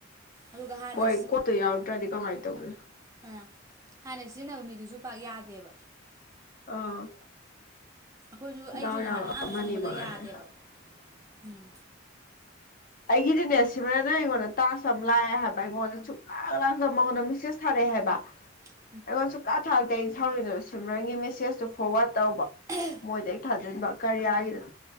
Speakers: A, on the right; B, on the left.
A: ꯑꯗꯨꯒ ꯍꯥꯟꯅ
B: ꯍꯣꯏ ꯀꯣꯠꯇꯣ ꯌꯥꯎꯗ꯭ꯔꯗꯤ ꯀꯃꯥꯏꯅ ꯇꯧꯗꯣꯢꯅꯣ
A: ꯑꯎ ꯍꯥꯟꯅ ꯁꯤꯖꯤꯟꯅꯕ ꯃꯤꯗꯨꯁꯨ ꯄꯥꯛ ꯌꯥꯗꯦꯕ
B: ꯑꯥ
A: ꯑꯩꯈꯣꯏꯁꯨ
B: ꯗꯥꯎ
A: ꯑꯩꯁꯨ
B: ꯌꯥꯕ
A: ꯅꯍꯥꯟ ꯑꯍꯥꯟꯕ
B: ꯑꯃꯅꯤ
A: ꯆꯪꯕꯗ
B: ꯃꯉꯥꯏꯔꯦ
A: ꯌꯥꯗꯦꯕ ꯎꯝ
B: ꯑꯩꯒꯤꯗꯤꯅꯦꯁ <inaudible> ꯑꯩꯉꯣꯟꯗ ꯇꯥꯛꯁ ꯑꯃ ꯂꯥꯛꯑꯦ ꯍꯥꯏꯕ ꯑꯩꯉꯣꯟꯗ ꯁꯨꯛꯂꯥꯛ ꯂꯥꯡꯗ ꯃꯉꯣꯟꯗ ꯃꯦꯁꯦꯁ ꯊꯥꯔꯛꯑꯦ ꯍꯥꯏꯕ
A: <unintelligible>
B: ꯑꯩꯉꯣꯟ ꯁꯨꯛꯊꯥ ꯊꯥꯔꯛꯇꯦ ꯑꯩ ꯁꯥꯎꯅꯤꯡꯗꯅ ꯁꯤꯃꯔꯟꯒꯤ ꯃꯦꯁꯦꯁꯇꯣ ꯐꯣꯔꯋꯥꯔꯗ ꯇꯧꯕ
A: <unintelligible>
B: ꯃꯣꯏꯗ ꯍꯦꯛ ꯊꯥꯖꯤꯟꯕ ꯀꯥꯔꯌꯥꯒꯤꯗꯣ